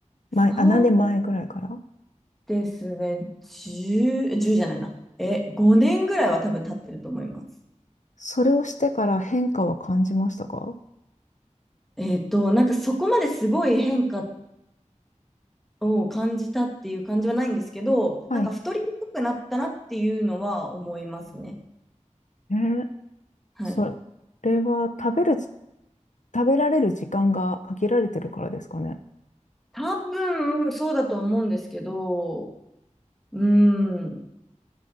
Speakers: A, on the left; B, in the centre.
A: 前、
B: そう
A: あ、何年前ぐらいから
B: ですね、10、じゅうじゃないな。え、5年ぐらいは多分経ってると思います。
A: それをしてから変化は感じましたか
B: えっと、なんかそこまですごい変化を感じたっていう感じはないんですけど、
A: はい。
B: なんか太りにくくなったなっていうのは思いますね。
A: えー
B: はい。
A: それは食べるじ、食べられる時間が限られてるからですかね。
B: 多分そうだと思うんですけど、うーん、